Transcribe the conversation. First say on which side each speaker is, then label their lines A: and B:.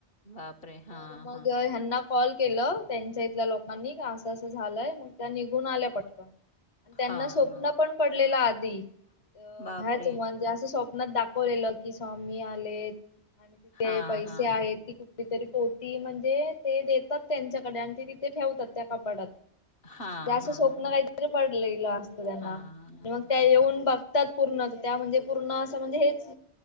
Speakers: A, on the left; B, on the left.
A: बापरे! हां,
B: तर मग
A: हां.
B: ह्यांना कॉल केलं त्यांच्या इथल्या लोकांनी असं असं झालंय मग त्या निघून आल्या पटकन
A: हां,
B: त्यांना स्वप्न
A: हां.
B: पण पडलेला आधी अ
A: बापरे!
B: ह्याच म -- स्वप्नात दाखवलेलं की स्वामी आले आणि तिथे
A: हां,
B: पैसे
A: हां.
B: आहेत. ती खूप कुठतरी पोती म्हणजे ते देतात त्यांच्याकडे आणि ती तिथे ठेवतात त्या कपाडात.
A: हां,
B: म्हणजे असं
A: हां,
B: स्वप्न
A: हां.
B: काहीतरी पड -- लेलं असत त्यांना
A: हां,
B: मग त्या
A: हां.
B: येऊन बघतात. पूर्ण त्या म्हणजे पूर्ण अस म्हणजे हेच